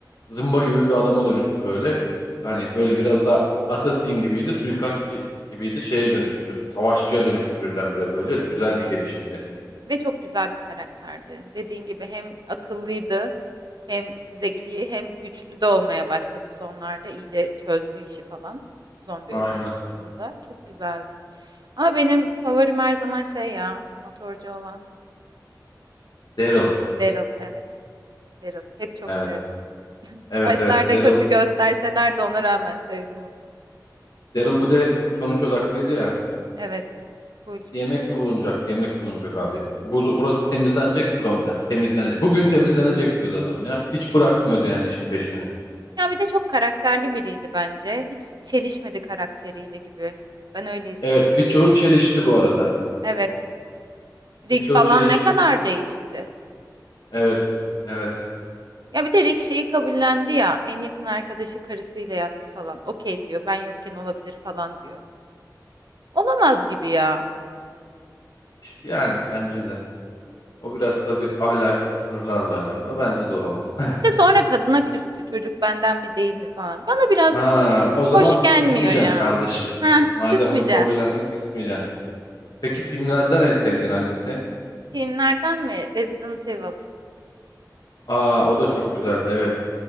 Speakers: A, on the left; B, on the right.
A: zımba gibi bir adama dönüştü böyle. Hani
B: Çok
A: böyle
B: iyiydi.
A: biraz da assassin gibiydi, suikastçı gibiydi, şeye dönüştü. Savaşçıya dönüştü birdenbire böyle. Güzel
B: Evet.
A: bir gelişimdi.
B: Ve çok güzel bir karakterdi. Dediğin gibi hem akıllıydı, hem zeki, hem güçlü de olmaya başladı sonlarda. İyice çözdü işi falan. Zombi
A: Aynen.
B: öldürme kısmında. Çok güzeldi. Ama benim favorim her zaman şey ya, motorcu olan
A: Daryl.
B: Daryl. Evet. Daryl. Hep çok
A: Evet.
B: sevdim.
A: Evet
B: Başlarda
A: evet. Daryl.
B: kötü gösterseler de ona rağmen sevdim onu.
A: Daryl bu da hep sonuç odaklıydı ya.
B: Evet. Full.
A: Yemek mi bulunacak? Yemek bulunacak abi. Bu, burası temizlenecek mi zombiden. Temizlenecek. Bugün temizlenecek diyordu adam ya. Hiç bırakmıyordu yani işin peşini.
B: Ya bir de çok karakterli biriydi bence. Hiç çelişmedi karakteriyle gibi. Ben öyle hissediyorum.
A: Evet, birçoğu çelişti bu arada.
B: Evet. Rick
A: Birçoğu
B: falan
A: çelişti.
B: ne kadar değişti.
A: Evet. Evet.
B: Ya bir de Rick şeyi kabullendi ya. En yakın arkadaşı karısıyla yattı falan. Okey diyor. Ben yokken olabilir falan diyor. Olamaz gibi ya.
A: Yani bence de. O biraz tabii ahlaki sınırlarla alakalı. Bence de olamaz. <laughs>
B: Bir de sonra kadına küstü. Çocuk benden mi değil mi falan. Bana biraz
A: Ha, o zaman
B: hoş gelmiyor
A: küsmeyeceksin
B: ya.
A: kardeşim.
B: Heh,
A: <laughs> Madem
B: küsmeyeceksin.
A: onu kabullendin küsmeyeceksin. Peki filmlerden en sevdiğin hangisi?
B: Filmlerden mi? Resident Evil.
A: Aa, o da çok güzeldi evet.